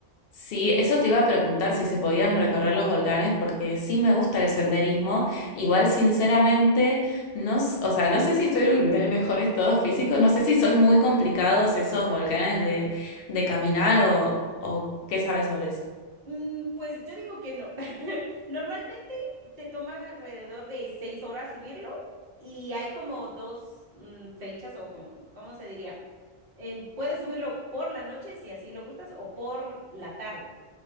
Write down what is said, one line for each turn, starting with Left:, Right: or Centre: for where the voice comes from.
Left: sí, eso te iba a preguntar si se podían recorrer los volcanes, porque sí me gusta el senderismo. Igual, sinceramente, no, s- o sea, no sé si estoy en el mejor estado físico,
Right: <laughs>
Left: no sé si son muy complicados esos volcanes de, de caminar o, o qué sabes sobre eso.
Right: Mm, pues yo digo que no. <laughs> Normalmente te toma alrededor de seis horas subirlo y hay como dos mm, fechas o como, ¿cómo se diría? Eh, puedes subirlo por la noche si así lo gustas o por la tarde.